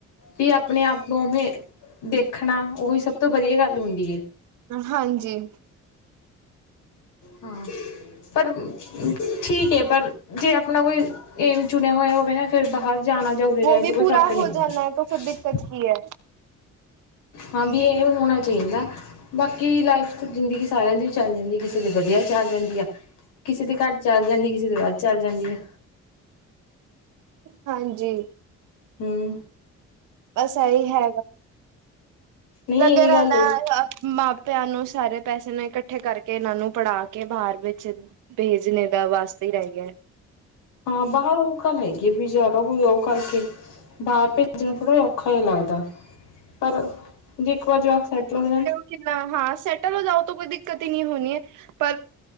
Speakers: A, on the left; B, on the right.
A: ਵੀ ਆਪਣੇ ਆਪ ਨੂੰ ਉਵੇਂ ਦੇਖਣਾ, ਉਹੀ ਸਭ ਤੋਂ ਵਧੀਆ ਗੱਲ ਹੁੰਦੀ ਹੈ।
B: ਹਾਂਜੀ।
A: ਹਾਂ। ਪਰ ਠੀਕ ਹੈ, ਪਰ ਜੇ ਆਪਣਾ ਕੋਈ ਏਮ ਚੁਣਿਆ ਹੋਇਆ ਹੋਵੇ ਨਾ ਫਰ ਬਾਹਰ ਜਾਣਾ ਜਾਂ ਉਰੇ ਰਹਿਣਾ
B: ਉਹ
A: ਚ,
B: ਵੀ
A: ਕੋਈ
B: ਪੂਰਾ
A: ਫਰਕ ਨਹੀਂ
B: ਹੋ
A: ਪੈਂਦਾ।
B: ਜਾਣਾ ਹੈ ਤਾਂ ਫਿਰ ਦਿੱਕਤ ਕੀ ਹੈ
A: ਹਾਂ ਵੀ, ਇਹ ਹੋਣਾ ਚਾਹੀਦਾ ਬਾਕੀ ਲਾਈਫ ਜ਼ਿੰਦਗੀ ਸਾਰਿਆਂ ਦੀ ਚੈੱਲਦੀ ਕਿਸ ਕਿਸੇ ਦੀ ਵਧੀਆ ਚੱਲ ਜਾਂਦੀ ਆ, ਕਿਸੇ ਦੇ ਘੱਟ ਚੱਲ ਜਾਂਦੀ, ਕਿਸੇ ਦੇ ਬਾੱਧ ਚੱਲ ਜਾਂਦੀ ਆ।
B: ਹਾਂਜੀ।
A: ਹਮ।
B: ਬਸ ਇਹੀ ਹੈ
A: ਨਹੀਂ
B: ਲੱਗਿਆ
A: ਇਹੀ
B: ਰਦਾ।
A: ਗੱਲ ਏ
B: ਮਾਪਿਆਂ ਨੂੰ ਸਾਰੇ ਪੈਸੇ ਨੇ ਇਕੱਠੇ ਕਰਕੇ, ਇਹਨਾਂ ਨੂੰ ਪੜ੍ਹਾ ਕੇ ਬਾਹਰ ਵਿੱਚ ਭੇਜਣੇ ਦਾ ਵਾਸਤੇ ਹੀ ਰਹਿ ਗਿਆ।
A: ਹਾਂ, ਬਾਹਰ ਉਹ ਗੱਲ ਹੈਗੀ ਬ ਜ਼ਿਆਦਾ ਕੋਈ ਉਹ ਕਰਕੇ ਬਾਹਰ ਤੇ ਜਨ ਨੂੰ ਥੋੜ੍ਹਾ ਜਿ ਔਖਾ ਜਿਹਾ ਲੱਗਦਾ, ਪਰ ਜੇ ਇੱਕ ਵਜ ਸੈਟ ਹੋ ਜਾ
B: ਕਿ ਨਾ ਹਾਂ ਸੈਟਲ ਹੋ ਜਾਓ, ਤਾਂ ਕੋਈ ਦਿਕਤ ਹੀ ਨਹੀਂ ਹੋਣੀ ਹੈ ਪਰ